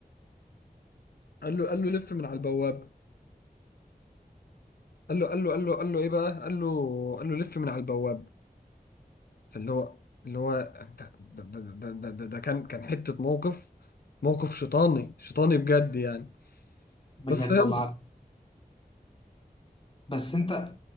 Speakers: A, on the left; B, on the left.
A: قال له قال له لف من على البواب قال له قال له قال له قال له إيه بقى قال له قال له لف من على البواب فاللي هو اللي هو أنت- ده ده ده ده ده ده كان كان حتة موقف موقف شيطاني شيطاني بجد يعني
B: <laughs> بجد
A: بس يلا
B: والله العظيم بس انت